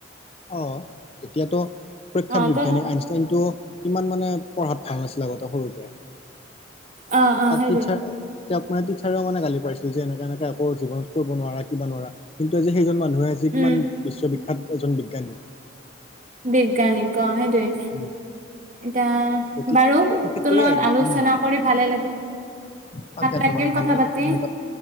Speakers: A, on the left (about 30°); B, on the right (about 40°).
A: অ' এতিয়াতো প্ৰখ্যাত
B: অ
A: বিজ্ঞানী
B: তই
A: আইন কিন্তু কিমান মানে পঢ়াত ভাল আছিল আগতে সৰুতে।
B: অ অ
A: তাত
B: সেইটোৱে
A: টীচাৰ তেওঁক মানে টিচাৰেও মানে গালি পাইছিল যে এনেকে এনেকে আকো জীৱনত কৰিব নোৱাৰা কিবা নোৱাৰা কিন্তু আজি সেইজন মানুহে আজি
B: উম
A: কিমান বিশ্ববিখ্যাত এজন বিজ্ঞানী।
B: বিজ্ঞানিক অ' সেইটোৱে।
A: উম।
B: এতিয়া
A: গতিকে
B: বাৰু
A: সেইটোয়ে
B: তোৰ লগত
A: আৰু
B: আলোচনা
A: উম
B: কৰি ভালে লাগিল।
A: তাকেতো
B: ভাল লাগিল
A: বাৰু ভাল
B: কথা পাতি
A: কথাখিনি